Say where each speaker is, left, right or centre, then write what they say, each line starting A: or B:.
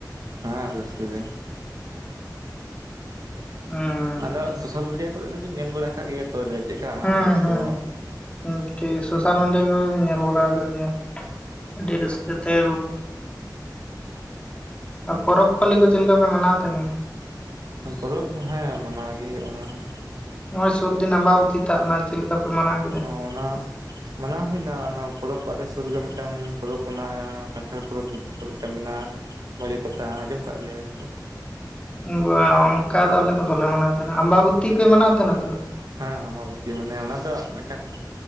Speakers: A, on the right; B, on the left.
A: ᱦᱮᱸ ᱨᱟ. ᱥᱠᱟ. ᱜᱮ
B: ᱦᱮᱸ
A: ᱟᱫᱚ ᱥᱳᱥᱟᱞ ᱢᱤᱰᱤᱭᱟ ᱠᱚᱨᱮ ᱫᱚᱵᱤᱱ ᱧᱮᱞ ᱵᱟᱲᱟ ᱟᱠᱟᱫ ᱜᱮᱭᱟ ᱛᱚ ᱪᱮᱫᱠᱟ
B: ᱦᱮᱸ
A: ᱦᱚᱲ
B: ᱦᱮᱸ
A: ᱠᱚ
B: ᱴᱷᱤᱠ ᱥᱳᱥᱟᱞ ᱢᱤᱰᱤᱭᱟ ᱠᱚᱨᱮᱧ ᱧᱮᱞ ᱵᱟᱲᱟ ᱟᱠᱟᱫ ᱜᱮᱭᱟ ᱟᱹᱰᱤ ᱨᱟᱹᱥᱠᱟᱹ <unintelligible> ᱯᱟᱨᱛᱮ ᱯᱚᱨᱚᱵᱽ ᱯᱟᱞᱞᱤ ᱠᱚ ᱪᱮᱫ ᱞᱮᱠᱟ ᱯᱮ ᱢᱟᱱᱟᱣ ᱛᱟᱦᱮᱸᱱᱟ
A: ᱯᱚᱨᱚᱵ ᱦᱮᱸ ᱢᱟᱱᱟᱣ ᱜᱮ ᱦᱩᱭᱩᱜ ᱚᱱᱟ ᱦᱚ
B: ᱱᱚᱜᱼᱚᱭ ᱥᱩᱨᱫᱤᱱ ᱟᱵᱟᱵᱩᱛᱤ ᱛᱟᱜ ᱱᱟ ᱪᱮᱫ ᱞᱮᱠᱟ ᱯᱮ ᱢᱟᱱᱟᱣ ᱠᱮᱫᱟ?
A: ᱚᱱᱟ ᱢᱟᱱᱟᱣ ᱦᱩᱭᱱᱟ ᱚᱱᱟ ᱯᱚᱨᱚᱵᱽ ᱟᱞᱮ ᱥᱩᱨ ᱨᱮ ᱢᱤᱫᱴᱟᱝ ᱯᱚᱨᱚᱵᱽ ᱚᱱᱟ ᱠᱟᱱᱴᱷᱟᱲ ᱯᱚᱨᱚᱵ ᱢᱤᱫᱴᱟᱝ ᱢᱮᱱᱟᱜᱼᱟ ᱵᱟᱹᱲᱮ ᱯᱟᱛᱟ ᱟᱸᱡᱚᱢ ᱟᱠᱟᱫ ᱜᱮᱭᱟ ᱫᱚ
B: ᱵᱟ ᱚᱱᱠᱟ ᱫᱚ ᱟᱞᱮ ᱫᱚ ᱵᱟᱞᱮ ᱢᱟᱱᱟᱣ ᱛᱟᱦᱮᱸᱱᱟ ᱟᱢᱵᱟᱵᱚᱛᱤ ᱯᱮ ᱢᱟᱱᱟᱣ ᱛᱟᱦᱮᱸᱱᱟ ᱛᱚ
A: ᱦᱮᱸ ᱟᱢᱟᱵᱚᱛᱤ ᱢᱟᱱᱮ ᱚᱱᱟ ᱫᱚ ᱢᱤᱫᱴᱟᱝ